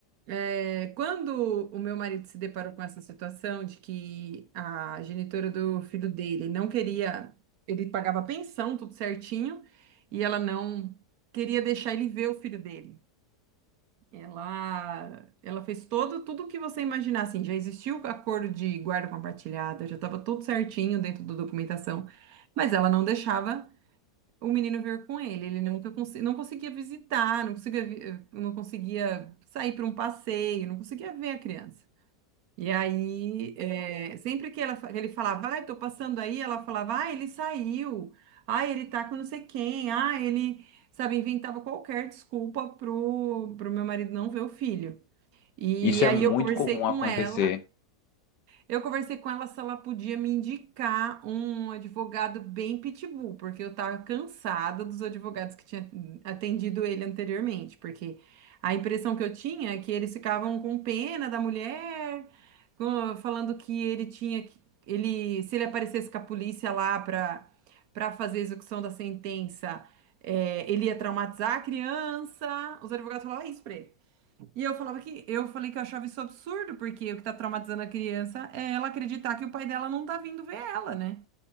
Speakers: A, on the right (about 70°); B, on the left (about 85°).
A: É, quando o meu marido se deparou com essa situação de que a genitora do filho dele não queria, ele pagava pensão, tudo certinho, e ela não queria deixar ele ver o filho dele. Ela, ela fez todo, tudo o que você imaginar, assim, já existiu o acordo de guarda compartilhada, já estava tudo certinho dentro da documentação, mas ela não deixava o menino veio com ele. Ele nunca conse- não conseguia visitar, não conseguia, vi- eh, não conseguia sair para um passeio, não conseguia ver a criança. E aí, é, sempre que ela, fa- ele falava, ai, tô passando aí, ela falava, ah, ele saiu, ah, ele tá com não sei quem, ah, ele, sabe, inventava qualquer desculpa pro, pro meu marido não ver o filho. E
B: isso
A: aí
B: é muito
A: eu conversei
B: comum
A: com
B: acontecer.
A: ela. Eu conversei com ela se ela podia me indicar um advogado bem pitbull, porque eu estava cansada dos advogados que tinha atendido ele anteriormente, porque a impressão que eu tinha é que eles ficavam com pena da mulher, com- falando que ele tinha que ele, se ele aparecesse com a polícia lá para para fazer a execução da sentença, eh, ele ia traumatizar a criança. Os advogados falavam isso para ele. E eu falava que eu falei que eu achava isso absurdo, porque o que tá traumatizando a criança é ela acreditar que o pai dela não tá vindo ver ela, né?